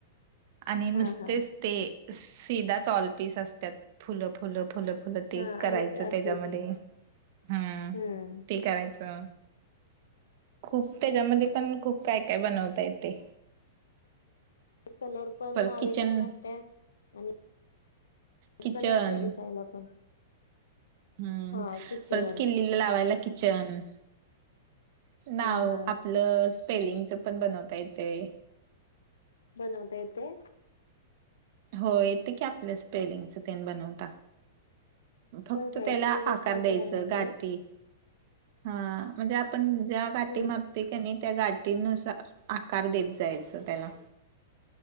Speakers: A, on the right; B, on the left.
A: आणि
B: हा
A: नुसतेच
B: हा
A: ते, सीधा च ऑल पीस असतात फुलं फुलं फुलं. फुलं ते
B: हा आहे
A: करायचं
B: की असते
A: त्याच्यामध्ये,
B: की
A: हम्म,
B: हम्म
A: ते करायचं. खूप, त्याच्यामध्ये पण खूप काय काय बनवता येतेय.
B: कलर पण
A: परत
B: अवे्लेबल
A: किचन
B: असत्यात, आणि
A: किचन
B: कलरफुल दिसायला पण.
A: हम्म,
B: हा किचन
A: परत किल्लीला लावायला किचन, नाव
B: हा हा
A: आपलं, स्पेलिंगच पण बनवता येतेय.
B: बनवता येतय.
A: हो येतय की आपल्या स्पेलिंगच तेन बनवता. फक्त
B: होय काय
A: त्याला
B: ते कधी
A: आकार
B: ट्राय
A: द्यायचं,
B: कराय नाही
A: गाठी
B: खरं
A: हा, म्हणजे आपण ज्या गाठी
B: हम्म
A: मारतोय का नाही, त्या गाठीनुसार आकार देत जायचं त्याला.